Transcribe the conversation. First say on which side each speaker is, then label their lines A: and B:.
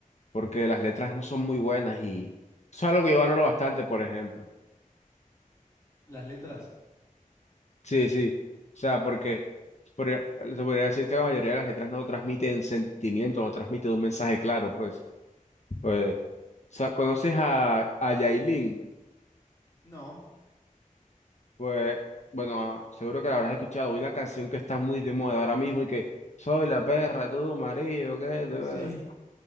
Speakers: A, on the left; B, on the left.
A: porque las letras no son muy buenas y eso es algo que yo valoro bastante, por ejemplo.
B: ¿Las letras?
A: Sí, sí, o sea, porque se podría se podría decir que la mayoría de las letras no transmiten sentimiento, no transmiten un mensaje claro, pues. Pues, o sea, ¿conoces a, a Yailin?
B: No.
A: Pues, bueno, ah, seguro que la habrás escuchado. Una canción que está muy de moda ahora mismo y que soy la perra, tú, marido, ¿qué? te-
B: Sí,